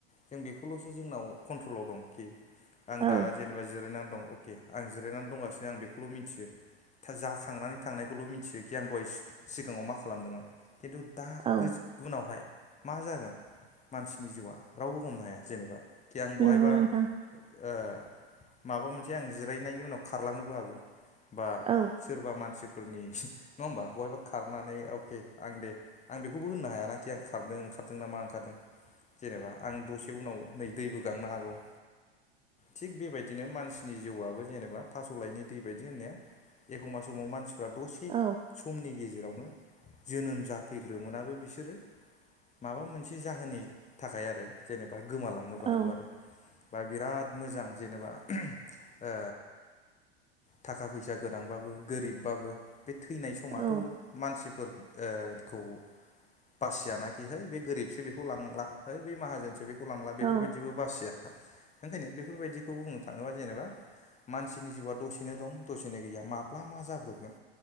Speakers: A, on the left; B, on the right.
A: जों बेखौल'सो जोंनाव कन्ट्रलाव दंखि। आं
B: औ
A: दा जेनेबा जिरायनानै दं अके आं जिरायनानै दंगासिनो आं बेखौल' मिथियो। जाखांनानै थांनायखौल' मिथियोखि आं दहाय सि सिगाङाव मा खालामदोंमोन खिन्थु दा
B: औ
A: उनावहाय मा जागोन मानसिनि जिउआ रावबो हमनो हाया जेनेबा। खि आं बहायबा
B: नंगौ नोंथां
A: ओ माबा मोनसे आं जिरायनायनि उनाव खारलांनोबो हागौ बा
B: औ
A: सोरबा मानसिफोरनि नङा होमबा बहायबा खारनानै अके आं दे आं बेखौबो होननो हायानाखि आं खारदों ओंखारदों नामा ओंखारदों। जेनेबा आं दसे उनाव नै दैबो गांनो हागौ। थिग बेबायदिनो मानसिनि जिउआबो जेनेबा थास'लायनि दै बायदि होननाया एखमबा समाव मानसिफ्रा दसे
B: औ
A: समनि गेजेरावनो जोनोम जाफैग्रोमोनाबो बिसोरो माबा मोनसे जाहोननि थाखाय आरो जेनेबा गोमालांनोबो
B: औ
A: हागौ आरो। बा बिराद मोजां जेनेबा ओ थाखा फैसा गोनांबाबो गोरिबबाबो बे थैनाय समाथ'
B: औ
A: मानसिफोर ओ खौ बासियानाखि है बे गोरिबसो बेखौ लांला, है बे माहाजोनसो बेखौ लांला
B: औ
A: बेफोरबायदिबो बासिया। ओंखायनो बेफोरबायदिखौ बुंनो थाङोबा जेनेबा मानसिनि जिउआ दसेनो दं दसेनो गैया माब्ला मा जाब्रबगोन,